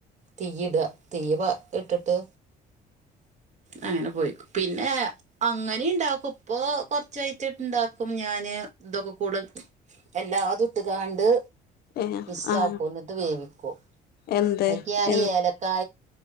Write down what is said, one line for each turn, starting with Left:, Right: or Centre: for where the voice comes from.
Right: തീയ്യ് ഇട തീയ് ഇട്ടിട്ട് അങ്ങനെ പോയി പിന്നെ അങ്ങനെ ഇണ്ടാക്കും ഇപ്പൊ കൊറച്ചയിറ്റം ഇട്ടിട്ട് ണ്ടാക്കും ഞാന് ഇതൊക്കെ കൂടെ എല്ലാതുട്ട്കാണ്ട്.
Left: ഏഹ്
Right: മിസ്സാക്കും
Left: ആഹ്
Right: എന്നിട്ട് വേവിക്കും.
Left: എന്ത്
Right: അയിക്ക് ഞാന്
Left: എൻ
Right: ഏലക്ക.